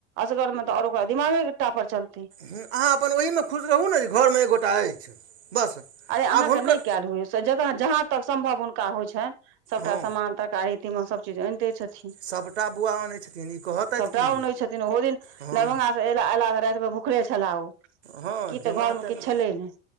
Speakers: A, on the right; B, on the right.
A: असगर मे त आओर ओकरा दिमागे के टापर चलतै।
B: हूँ अहाँ अपन ओहीमे खुश रहू ने जे घरमे एकगोटा अछि बस।
A: अरे अहाँ
B: आब हुनकर
A: के नै कैल होइया से ज जहाँ तक सम्भव हुनका होइ छनि सभटा
B: हँ
A: समान तक तरकारी तीमन सब चीज आनि दै छथिन। <unintelligible>
B: सभटा बौआ आनै छथिन ई कहतथि
A: सबटा
B: की
A: अनै छथिन ओहो दिन
B: हँ
A: दरभंगा। एला एला त रातिमे भुखले छला ओ
B: हँ
A: की
B: जेना
A: त घरमे
B: तेना
A: किछु छलै नै।